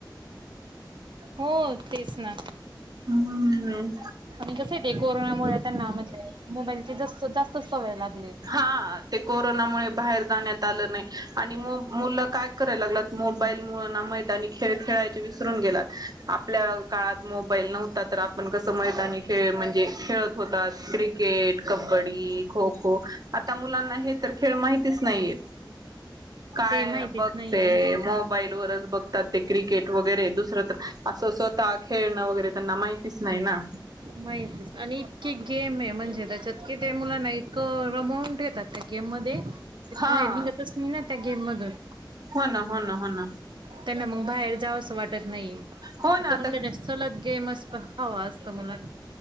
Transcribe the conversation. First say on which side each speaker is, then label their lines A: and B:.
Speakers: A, on the right; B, on the right.
A: हो तेच ना.
B: हम्म
A: आणि कसं आहे, ते कोरोनामुळे त्यांना म्हणजे मोबाईलची जास्त जास्तचं सवय लागली आहे.
B: हा ते कोरोनामुळे बाहेर जाण्यात आलं नाही आणि मग मुलं काय करायला लागलात- मोबाईलमूळ ना मैदानी खेळ खेळायचे विसरून गेलात, आपल्या काळात मोबाईल नव्हता तर आपण पण कसं मैदानी खेळ म्हणजे खेळत होतात. क्रिकेट, कबड्डी, खो खो- आता मुलांना हे तर खेळ माहितीचं नाही आहेत. काय
A: ते माहितीच
B: बघ
A: नाहीये
B: ते
A: ना
B: मोबाईलवरचं बघ- त्यात ते क्रिकेट वगैरे दुसरं तर असं स्वतः खेळणं वगैरे त्यांना माहितीच नाही ना.
A: माहितच नाही आणि इतकी गेम आहे म्हणजे त्याच्यात कि ते मुलांना एक अमाऊंट देतात. गेममधे
B: हा
A: बाहेर निघतच नाही ना त्या गेम मधन-
B: हो ना हो ना हो ना.
A: त्यांना मग बाहेर जाव असं वाटत नाही. <inaudible>
B: हो ना आता
A: सलग गेम असतं हवा असतं मुलांना-